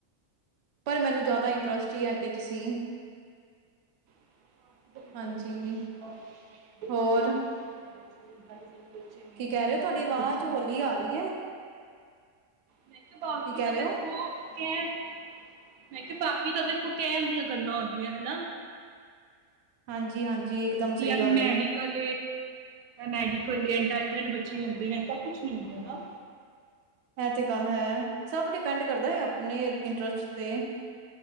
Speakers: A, on the right; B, on the right.
A: ਪਰ ਮੈਨੂੰ ਜ਼ਿਆਦਾ ਇੰਟਰਸਟ। <unintelligible>
B: <inaudible>
A: ਹਾਂਜੀ
B: <unintelligible>
A: ਹੋਰ
B: <inaudible>
A: ਕੀ ਕਹਿ ਰਹੇ
B: ਬਲੈਕ
A: ਹੋ ਤੁਹਾਡੀ ਆਵਾਜ਼
B: ਬੱਚੇ ਨੇ
A: ਹੋਲੀ
B: ਐਵੇਂ ਦਾ
A: ਆ ਰਹੀ ਹੈ।
B: ਮੈਂ ਕਿਹਾ ਬਾਕੀ
A: ਕੀ ਕਹਿ
B: ਤਾਂ ਦੇਖੋ
A: ਰਹੇ ਹੋ
B: ਕਿ ਬਾਕੀ ਤਾਂ ਵੇਖੋ ਕਹਿਣ ਦੀਆਂ ਗੱਲਾਂ ਆਉਂਦੀਆਂ ਹਨਾ।
A: ਹਾਂਜੀ ਹਾਂਜੀ। ਇਕਦਮ
B: ਕੀ
A: ਸਹੀ ਗੱਲ
B: ਮੈਡੀਕਲ
A: ਏ
B: ਮੈਡੀਕਲ ਇੰਟੈਲੀਜੈਂਟ ਬੱਚਾ। <unintelligible> ਐਸਾ ਕੁਛ ਨੀ ਹੁੰਦਾ ਨਾ।
A: ਐ ਤੇ ਗੱਲ ਹੈ। ਸਬ ਡੀਪੈਂਡ ਕਰਦਾ ਐ ਆਪਨੇ ਇੰਟਰਸਟ ਤੇ